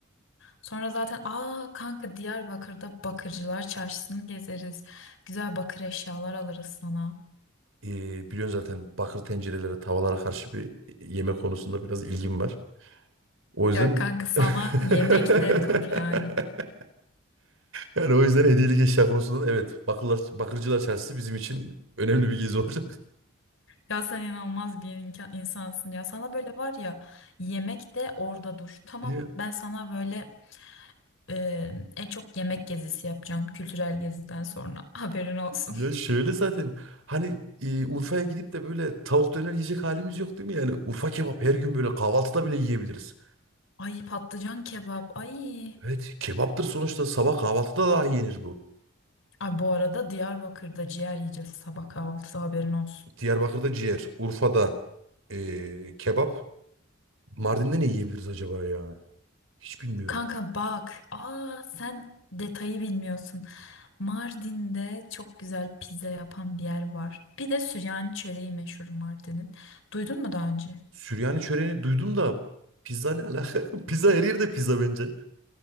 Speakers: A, on the left; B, on the right.
A: Sonra zaten aa kanka Diyarbakır'da Bakırcılar Çarşısı'nı gezeriz. Güzel bakır eşyalar alırız sana.
B: Eee biliyorsun zaten bakır tencerelere, tavalara karşı bir yeme konusunda biraz ilgim var. O yüzden...
A: Ya kanka sana
B: <laughs>
A: yemekte dur yani.
B: Yani o yüzden hediyelik eşya konusunda da evet. Bakırlar, bakırcılar çarşısı bizim için önemli bir gezi olacak.
A: Ya sen inanılmaz bir inka- insansın ya. Sana böyle var ya yemekte orada dur. Tamam
B: <laughs>
A: ben sana böyle e, en çok yemek gezisi yapacağım kültürel geziden sonra. <laughs> Haberin olsun.
B: Ya şöyle zaten hani e, Urfa'ya gidip de böyle tavuk döner yiyecek halimiz yok değil mi? Yani Urfa kebap her gün böyle kahvaltıda bile yiyebiliriz.
A: Ay patlıcan kebap ay.
B: Evet kebaptır sonuçta sabah kahvaltıda daha yenir bu.
A: Ay bu arada Diyarbakır'da ciğer yiyeceğiz sabah kahvaltıda haberin olsun.
B: Diyarbakır'da ciğer, Urfa'da e, kebap. Mardin'de ne yiyebiliriz acaba ya? Hiç bilmiyorum.
A: Kanka bak. Aa sen detayı bilmiyorsun. Mardin'de çok güzel pizza yapan bir yer var. Bir de Süryani çöreği meşhur Mardin'in. Duydun mu daha önce?
B: Süryani çöreğini duydum da pizza ne alaka? <laughs> Pizza her yerde pizza bence.